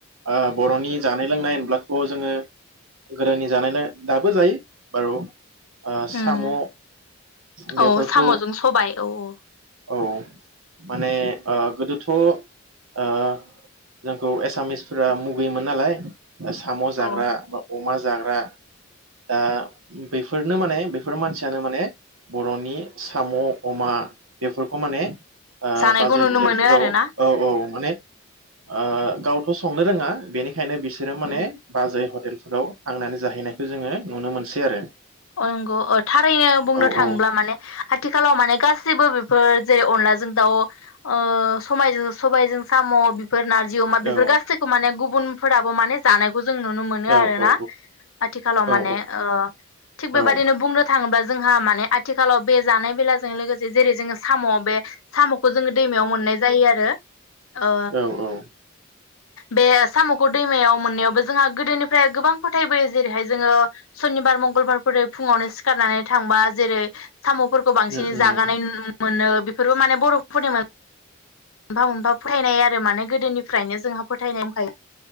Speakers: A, on the right; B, on the left.
A: ओ बर'नि जानाय लोंनाय होनब्लाथ' जोङो गोदोनि जानाय लों दाबो जायो बारु ओ साम'
B: उम
A: बेफोरखौ
B: औ साम' जों सबाय औ औ
A: औ माने ओ गोदोथ' ओ जोंखौ एसामिसफोरा मुगैयोमोन नालाय साम' जाग्रा
B: औ
A: बा अमा जाग्रा दा बैफोरनो माने फोर मानसियानो माने बर'नि साम' अमा बेफोरखौ माने ओ
B: जानायखौ
A: बाजै
B: नुनो
A: हटेलफोराव
B: मोनो आरो ना
A: औ औ माने ओ गावथ' संनो रोङा बेनि खायनो बिसोरो माने
B: उम
A: बाजै हटे टेलफोराव थांनानै जाहैनायखौ जोङो नुनो मोनसै आरो
B: अगौ। ओ थारैनो बुंनो
A: औ
B: थाङोब्ला
A: औ
B: माने आथिखालाव माने गासिबो फोर जेरै अनलाजों दाउ ओ सबायजों सबायजों साम' बि फोर नारजि अमा बेफोर
A: औ
B: गासैखौ माने गुबुन फोराबो माने जानाय खौ जों नुनो मोनो
A: औ
B: आरोना
A: औ
B: आथिखालाव
A: औ
B: माने ओ थिग बेबायदिनो
A: औ
B: बुंनो थां बा जोंहा माने आथिखालाव बे जानाय बेलाजों लोगोसे जेरै जोङो साम' बे साम' खौ जोङो दैमायाव मोननाय जायो आरो ओ
A: औ औ
B: बे साम'खौ दैमायाव मोननायावबो जोंहा गोदोनिफ्राय गोबां फोथायबोयो जेरैहाय जोङो सनिबार मंगलबार फोरै फुङावनो सिखारनानै थांबा जेरै साम'फोरखौ बांसिनै
A: उम उम
B: जागानाय नुनो मोनो बेफोरबो माने बर'फोरनि मोनफा मोनफा फोथायनाय आरो माने गोदोनिफ्रायनो जोंहा फोथायनाय दंखायो